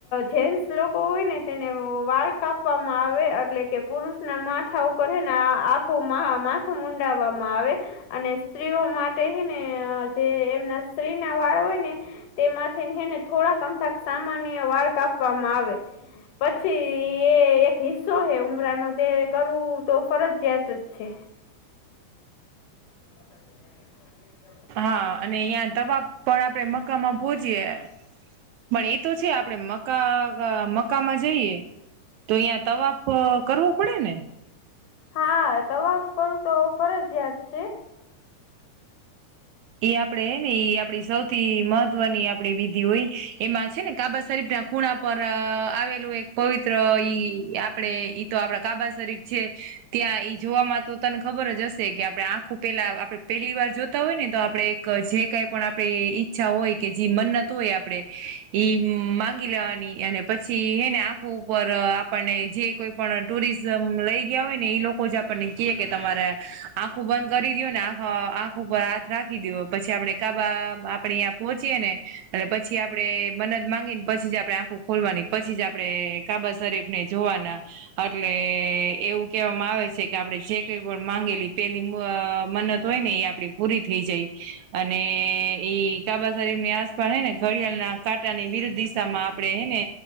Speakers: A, on the left (about 85°); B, on the right (about 80°).
A: જે લોકો હોય ને, તેને વાળ કાપવામાં આવે એટલે કે પુરુષ ના માથા ઉપરને આખું માથું મડાવવામાં આવે. અને સ્ત્રીઓ માટે હ ને, જે એમના સ્ત્રી વાળ હોય ને, તેમાંથીને થોડાક અમુક સામાન્ય વાળ કાપવામાં આવે. પછી એ એક હિસ્સો હે ઉમરાનો તે કરવું તો ફરજિયાત જ છે. <unintelligible>
B: હા, અને અહીં તવા પણ આપડે મકામાં ભોજીીએ. પણ એ તો છે, આપડે મકકા મકકામાં જઈએ. તો અહીં તવાપ કરવું પડે ને.
A: હા, તોવાફ કરું તો ફરજિયાત છે ને.
B: એ આપડે ને, આપડી સૌથી મહત્વની આપડી વિધિ હોય એમાં છે ને, કાબા શરીફ ના ખૂણા પર આવેલું એક પવિત્ર ઈ આપડે ઈ તો આપડા કાબા શરીફ છે. ત્યાં એઈ જોવામાં તો, તને ખબર જ હશે કે, આપણે આંખું પેલા આપડણે પેલી વાર જોતા હોય ને. તો આપણે જે કંઈ પણ આપણે ઈચ્છા હોય કે જે મન્નત હોય, આપણે ઈ માંગી લેવાની. અને પછી, હે ને, આખું ઉપર આપણને જે કોઈ પણ ટુરિસ્ટ લઈ ગયા હોય ને, એઈ લોકો જ આપણને કહે કે, તમારે આંખું બંધ કરી દું ને આ હ આખ બરાથ રાખ <unintelligible> વી દ પછી આપડે કાબા આપણે અં પહોંચીયે ને, અને પછી આપડે મન માંગીને પછી આપણેે ખોલવાની પછી જ આપણેે કાબા શરીફ ને જોવાના. એટલે એવું કેહેવામાં આવે છે કે, આપડે જે કઈ પણ માંગેલી, પેલી મન હોય ને, એ આપણી પૂરી. થઈ જાય. અને ઈ કાબા શરીર ની આસપાસ ને, ઘડિયાળ ના કાટાની વિરુદ્ધ દિશામાં આપણે હને.